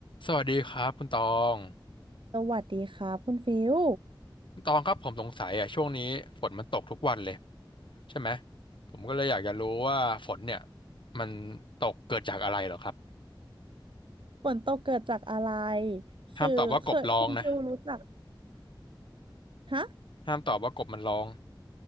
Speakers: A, on the left; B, on the right.
A: สวัสดีครับคุณตอง
B: สวัสดีครับคุณฟิว
A: คุณตองครับผมสงสัยอ่ะช่วงนี้ฝนมันตกทุกวันเลยใช่ไหมผมก็เลยอยากจะรู้ว่าฝนเนี่ยมันตกเกิดจากอะไรเหรอครับ
B: ฝนตกเกิดจากอะไรคือเคยคุณฟิวรู้จัก
A: ห้ามตอบว่ากบร้องนะ
B: ฮะ
A: ห้ามตอบว่ากบมันร้อง